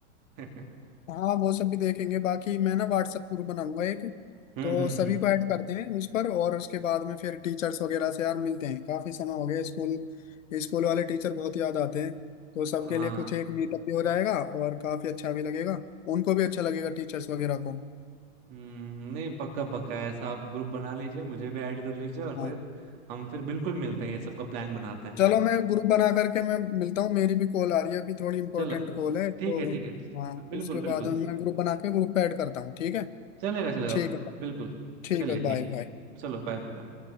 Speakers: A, on the right; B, on the left.
A: है <laughs>
B: हाँ वो सब भी देखेंगे बाकी मैं ना व्हाट्सएप ग्रुप बनाऊंगा एक
A: हम्म
B: तो
A: हम्म
B: सभी
A: हम्म
B: को ऐड करते हैं उस पर और उसके बाद में फिर टीचर्स वगैरह से यार मिलते हैं काफी समय हो गया स्कूल स्कूल वाले टीचर बहुत याद आते हैं तो सबके
A: हाँ
B: लिए कुछ एक मीटअप भी हो जाएगा और काफी अच्छा भी लगेगा उनको भी अच्छा लगेगा टीचर्स वगैरह को
A: हम्म नहीं पक्का पक्का ऐसा आप ग्रुप बना लीजिए मुझे भी ऐड कर लीजिए और फिर
B: हाँ।
A: हम फिर बिल्कुल मिलते हैं ये सब का प्लान बनाते हैं
B: चलो मैं ग्रुप बना करके मैं मिलता हूँ मेरी भी कॉल आ रही है अभी थोड़ी इंपॉर्टेंट
A: चलो
B: कॉल है तो
A: ठीक है ठीक है
B: हाँ
A: बिल्कुल
B: उसके
A: बिल्कुल
B: बाद में मैं ग्रुप बना के ग्रुप पे ऐड करता हूँ ठीक है
A: चलेगा चलेगा
B: ठीक है
A: बिल्कुल
B: ठीक
A: चलिए
B: है Bye
A: ठीक है
B: bye
A: चलो बाय बाय बाय।